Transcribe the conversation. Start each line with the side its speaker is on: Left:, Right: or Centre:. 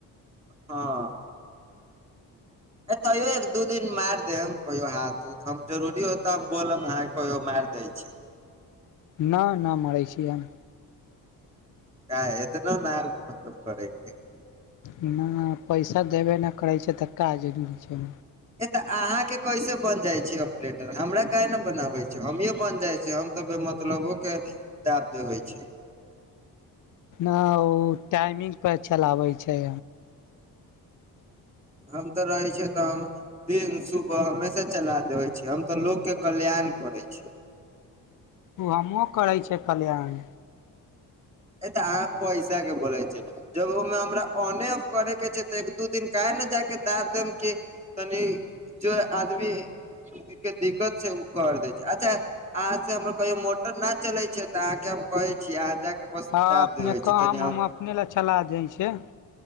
Right: हँ
Left: <inaudible>
Right: तैयो एक दू दिन मारि देम कहियो हाथ हम जरूरी होतऽ हम बोलब आहा कहियो मारि दै छी।
Left: न न मारैछी हम
Right: नै एतनो नै मतलव करे के हय।
Left: ना ना पैसा देबे नहि करै छै तऽ का जरूरी छै
Right: है तऽ अहाँ के कैसे बन जाय छी ऑपलेटर हमरा काहे ने बनाबै छी हमिये बन जाय छी हम तऽ बे मतलबो के दाब देबै छी
Left: ना ऊ टाइमिंग पर चलाबै छै
Right: हम तऽ रहै छियौ तऽ हम दिन सुबह हमेशा चला देबै छी हम तऽ लोक के कल्याण करै छी
Left: उ हमहुँ करै छियै कल्याण
Right: है तऽ आहाँ पैसा के बोलै छियै जब ओहिमे हमरा ऑने ऑफ करे के छै तऽ एक दू दिन काहे ने जाके दाब देम की तनी जे आदमी के दिक्कत छै ओ कर दै छै अच्छा अहाँ से हमर कहियो मोटर न चलै छै तऽ अहाँके हम कहे छी अहाँ जाके बस
Left: हँ
Right: दाब
Left: अपने
Right: देबे
Left: कहम
Right: छी तनि
Left: हम अपने ला चला दैन छे